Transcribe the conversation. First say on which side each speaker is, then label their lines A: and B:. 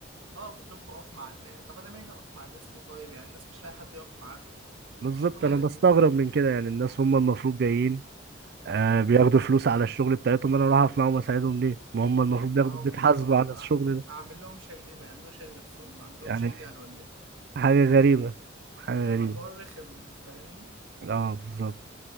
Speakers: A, on the right; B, on the right.
A: اه بتروح تقف مع الناس طب انا مالي اقف مع الناس ليه طيب يعني الناس مش لاقي حد يقف معاها
B: بالظبط
A: الشغلانه
B: أنا بستغرب
A: دي
B: من كده يعني الناس هم المفروض جايين آه بياخدوا فلوس على الشغل بتاعتهم أنا أروح أقف معاهم أساعدهم ليه؟ ما هم المفروض
A: اقف
B: بياخدوا
A: معاهم
B: بيتحاسبوا
A: ليه طيب
B: على الشغل
A: أع-
B: ده
A: اعمل لهم شيء ليه ما يعملوش شيء لنفسهم ما عندهمش
B: يعني
A: ايد يعني ولا ايه
B: حاجة غريبة حاجة
A: يبقى
B: غريبة
A: حوار رخم فاهمني
B: اه بالظبط